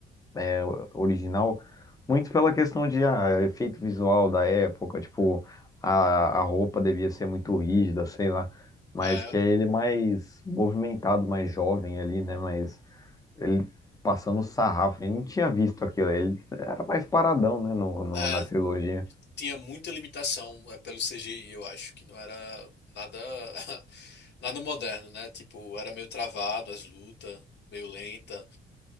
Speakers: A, on the left; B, on the left.
A: é, original, muito pela questão de ah, efeito visual da época, tipo, a, a roupa devia ser muito rígida, sei lá, mas
B: É,
A: que é ele mais movimentado, mais jovem ali, né, mas ele passando sarrafo, ele não tinha visto aquilo, ele era mais paradão, né, no, no-
B: é,
A: na trilogia.
B: tinha muita limitação é, pelo CGI, eu acho, que não era nada <laughs> nada moderno, né? Tipo, era meio travado as lutas, meio lenta.